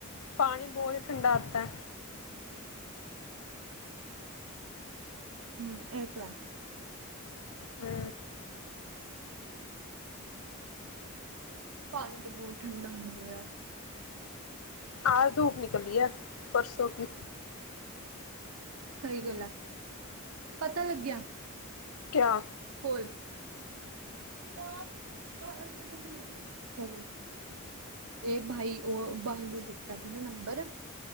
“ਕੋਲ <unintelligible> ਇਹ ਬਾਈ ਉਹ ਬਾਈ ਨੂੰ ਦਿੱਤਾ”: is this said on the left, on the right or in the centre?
Right